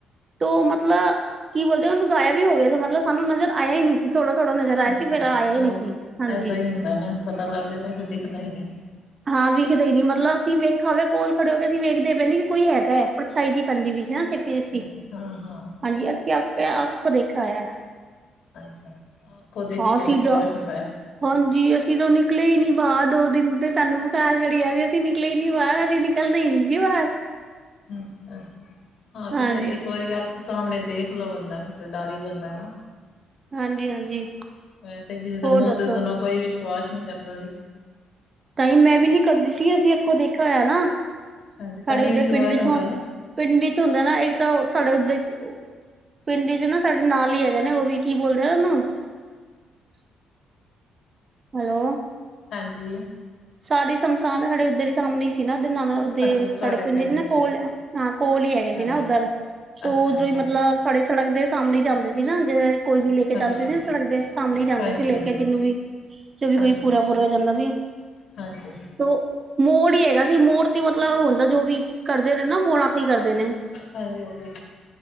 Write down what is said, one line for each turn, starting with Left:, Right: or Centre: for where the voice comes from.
Right: ਤੋਂ ਮਤਲਬ ਕੀ ਬੋਲਦੇ ਉਹਨੂੰ ਗਾਇਆ ਵੀ ਹੋ ਗਿਆ ਸੀ ਮਤਲਬ ਸਾਨੂੰ ਨਜ਼ਰ ਆਇਆ ਹੀ ਨਹੀਂ ਸੀ। ਥੋੜਾ ਥੋੜਾ ਨਜ਼ਰ ਆਇਆ
Left: ਅੱਛਾ
Right: ਸੀ ਫਿਰ ਆਇਆ ਹੀ
Left: ਉਹ
Right: ਨਹੀਂ ਸੀ ਹਾਂਜੀ।
Left: ਏਦਾਂ ਹੀ ਹੁੰਦਾ ਨਾ ਪਤਾ ਲੱਗ ਜਾ ਤੇ ਫਿਰ ਦਿਖਦਾ ਹੀ ਨਹੀਂ।
Right: ਹਾਂ ਵੇਖਦੇ ਹੀ ਨੀ ਮਤਲਬ ਅਸੀਂ ਵੇਖਾਵੇ ਕੋਲ ਖੜੇ ਹੋ ਕੇ ਅਸੀਂ ਵੇਖਦੇ ਪਏਦੇ ਕਿ ਕੋਈ ਹੈਗਾ ਹੈਏ ਪਰਛਾਈ ਦੀ ਪੈਂਦੀ ਵੀ। ਨਾ ਚਿੱਟੀ
Left: ਅੱਛਾ,
Right: ਚਿੱਟੀ
Left: ਹਾਂ, ਹਾਂ
Right: ਹਾਂਜੀ ਅਸੀਂ ਆਪ ਕੇ ਅੱਖ ਦੇਖਿਆ ਹੋਆ।
Left: ਅੱਛਾ ਅੱਖੋਂ ਦੇਖੀ
Right: ਹਾਂ
Left: ਤੇ
Right: ਸੀਡਾ
Left: ਵਿਸ਼ਵਾਸ ਹੁੰਦਾ ਹੈ
Right: ਹਾਂਜੀ ਅਸੀਂ ਤਾਂ ਨਿਕਲੇ ਹੀ ਨਹੀਂ। ਬਾਹਰ ਦੋ ਦਿਨ ਤੇ ਸਾਨੂੰ ਬਖਾਰ ਚੜੀ ਆ ਵੀ ਅਸੀਂ ਨਿਕਲੇ ਨੀ ਬਾਹਰ ਅਸੀਂ ਨਿਕਲਣਾ ਸੀ ਬਾਹਰ।
Left: ਅੱਛਾ ਜੀ। ਹਾਂ
Right: ਹਾਂਜੀ
Left: ਤੇ ਫਿਰ ਇੱਕ ਵਾਰੀ ਅੱਖ ਸਾਹਮਣੇ ਦੇਖ ਲਓ ਬੰਦਾ ਫਿਰ ਤਾਂ ਡਰ ਹੀ ਜਾਂਦਾ ਨਾ।
Right: ਹਾਂਜੀ ਹਾਂਜੀ।
Left: ਵੈਸੇ ਕਿਸੇ ਦੇ
Right: ਹੋਰ
Left: ਮੂੰਹ
Right: ਦੱਸੋ
Left: ਤੇ ਸੁਣੋ ਕੋਈ ਵਿਸ਼ਵਾਸ ਨਹੀਂ ਕਰਦਾ ਵੀ
Right: ਤਾਂਹੀ ਮੈਂ ਵੀ ਨੀ ਕਰਦੀ ਸੀ ਅਸੀਂ ਅੱਖੋ ਦੇਖਿਆ ਹੋਇਆ ਨਾ।
Left: ਹਾਂਜੀ
Right: ਸਾਡੇ
Left: ਤਾਂ ਹੀ
Right: ਉੱਧਰ
Left: ਵਿਸ਼ਵਾਸ
Right: ਪਿੰਡ
Left: ਹੁੰਦਾ
Right: ਚ
Left: ਨਾ
Right: ਪਿੰਡ ਚ ਹੁੰਦਾ ਨਾ ਇੱਕ ਤਾਂ ਸਾਡੇ ਉੱਧਰ। ਪਿੰਡ ਚ ਨਾ ਸਾਡੇ ਨਾਲ ਹੀ ਹੈਗੇ ਨੇ ਉਹ ਵੀ ਕੀ ਬੋਲਦੇ ਆ ਉਹਨੂੰ। <unintelligible> ਹੈਲੋ,
Left: ਹਾਂਜੀ।
Right: ਸਾਰੇ ਸਮਸ਼ਨ ਸਾਡੇ ਉੱਧਰ ਹੀ ਸਾਹਮਣੇ ਹੀ ਸੀ ਨਾ। ਦੇ ਨਾਲ ਉਦੇ,
Left: ਅੱਛਾ ਤੁਹਾਡੇ
Right: ਸਾਡੇ ਪਿੰਡ ਚ ਨਾ
Left: ਵਿੱਚ
Right: ਕੋਲ ਹਾਂ। ਕੋਲ ਹੀ ਹੈਗੇ
Left: ਅੱਛਾ
Right: ਸੀ ਨਾ
Left: ਜੀ
Right: ਉੱਧਰ ਤੇ ਉਦੋਂ
Left: ਅੱਛਾ ਅੱਛਾ
Right: ਹੀ ਮਤਲਬ ਸਾੇ ਸੜਕ ਦੇ ਸਾਹਮਣੇ ਹੀ ਜਾਂਦੇ ਸੀ। ਨਾ ਜਿ ਕੋਈ ਵੀ ਲੈ ਕੇ
Left: ਹਾਂਜੀ
Right: ਜਾਂਦੇ ਸੀ ਸੜਕ ਦੇ ਸਾਹਮਣੇ ਜਾਂਦੇ
Left: ਹਾਂਜੀ
Right: ਸੀ ਲੈ
Left: ਹਾਂਜੀ
Right: ਕੇ ਜਿਨੂੰ ਵੀ। ਜੋ ਵੀ
Left: ਹਾਂਜੀ
Right: ਕੋਈ ਪੂਰਾ- ਪੂਰਾ ਹੋ ਜਾਂਦਾ ਸੀ।
Left: ਹਾਂਜੀ
Right: ਉਹ, ਮੋੜ ਹੈਗਾ ਸੀ ਮੋੜ ਤੇ ਮਤਲਬ ਹੁੰਦਾ ਜੋ ਵੀ, ਕਰਦੇ ਨੇ ਨਾ ਮੋੜਾਂ ਤੇ ਹੀ ਕਰਦੇ ਨੇ।
Left: ਹਾਂਜੀ -ਹਾਂਜੀ।